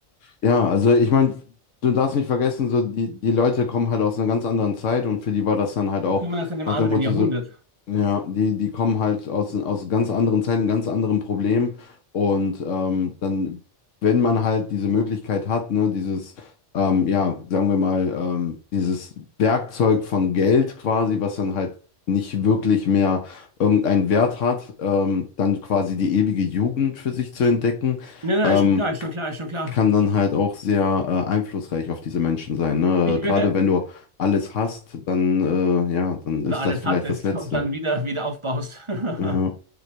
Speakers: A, on the left (about 80°); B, on the right (about 25°).
A: Ja, also ich meine, du darfst nicht vergessen, so die, die Leute kommen halt aus einer ganz anderen Zeit und für die war das dann halt auch
B: Die kommen aus einem
A: nach
B: anderen
A: dem Motto
B: Jahrhundert.
A: so, ja, die, die kommen halt aus, aus ganz anderen Zeiten, ganz anderen Problemen und ähm, dann, wenn man halt diese Möglichkeit hat, ne, dieses, ähm, ja, sagen wir mal, ähm, dieses Werkzeug von Geld quasi, was dann halt nicht wirklich mehr irgendeinen Wert hat, ähm, dann quasi die ewige Jugend für sich zu entdecken.
B: Nein, nein,
A: Ähm,
B: ist schon klar, ist schon klar, ist schon klar.
A: kann dann halt auch sehr äh, einflussreich auf diese Menschen sein, ne?
B: Ich
A: Gerade
B: würde,
A: wenn du alles hast, dann, äh, ja, dann
B: oder
A: ist
B: alles
A: das vielleicht
B: hattest
A: das Letzte.
B: und dann wieder, wieder aufbaust. <laughs>
A: Ja,